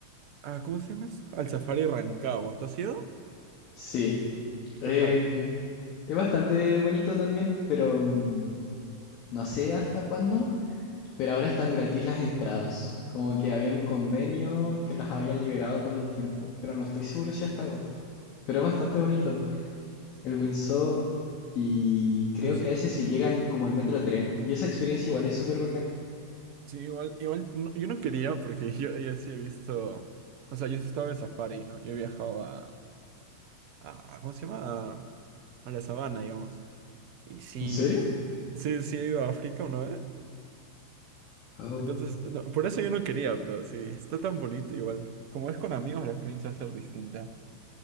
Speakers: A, on the right; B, on the left.
A: Ah, ¿cómo se llama eso? Al Safari Rancagua. ¿Tú has ido?
B: Sí.
A: ¿Y
B: es
A: qué tal?
B: Es bastante bonito también, pero mm, no sé hasta cuándo, pero ahora están gratis las entradas. Como que había un convenio que las habían liberado por un tiempo, pero no estoy seguro si hasta agosto. Pero es bastante bonito el Windsor y creo
A: Eso sí,
B: que a veces se llegan como en metro tren y esa experiencia igual es súper bacán.
A: sí, igual, igual, no, yo no quería porque <laughs> yo, yo sí he visto... O sea, yo sí estaba de safari, ¿no? Yo he viajado a, a... ¿Cómo se llama? A, a la sabana, digamos. Y sí,
B: ¿En serio?
A: sí, sí he ido a África una vez.
B: Wow.
A: Entonces, no, por eso yo no quería, pero sí, está tan bonito igual. Como es con amigos, la experiencia va a ser distinta.